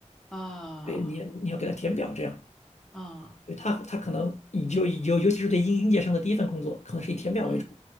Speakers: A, in the centre; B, on the left.
A: 啊，
B: 对你你要给他填表，这样，
A: 啊
B: 对他他可能你就尤尤其是对应应届生的第一份工作，可能是以填表为主，
A: 嗯嗯